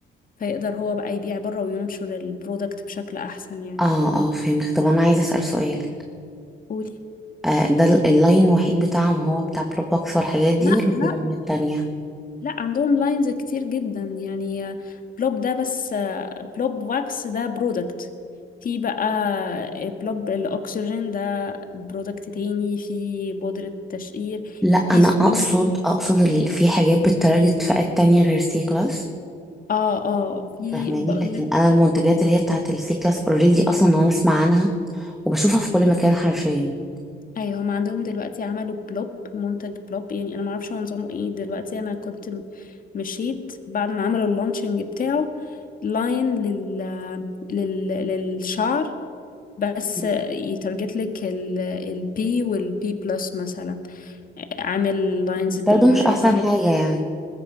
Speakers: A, on the left; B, in the centre.
A: فيقدر هو بقى يبيع بره وينشر البرودكت بشكل أحسن يعني
B: اه اه فهمتك طب انا عايزة اسأل سؤال
A: قولي
B: آه، ده ال- اللاين الوحيد بتاعهم هو بتاع بلوبوكس والحاجات دي
A: لا
B: ولا
A: لا
B: في لاينات تانية
A: لا عندهم لاينز كتير جدا يعني بلوب ده بس بلوب واكس ده برودكت في بقى بلوب الأكسجين ده برودكت تاني في بودرة تشقير
B: لا
A: في
B: انا
A: زيوت
B: اقصد اقصد اللي في حاجات بتتارجت فئات تانية غير سي كلاس
A: اه اه في
B: فاهماني
A: بقولك
B: لكن انا المنتجات اللي هي بتاعت السي كلاس اوريدي اصلا انا اسمع عنها وبشوفها في كل مكان حرفيا
A: ايوه هم عندهم دلوقتي عملوا بلوب منتج بلوب يعني انا ما اعرفش هو نظامه ايه دلوقتي انا كنت م- مشيت بعد ما عملوا اللانشنج بتاعه لاين لل... لل... للشعر بس
B: مم.
A: يترجت لك البي والبي بلس مثلا عامل لاينز
B: بس برضه
A: بالهيلورونيك
B: مش احسن حاجة يعني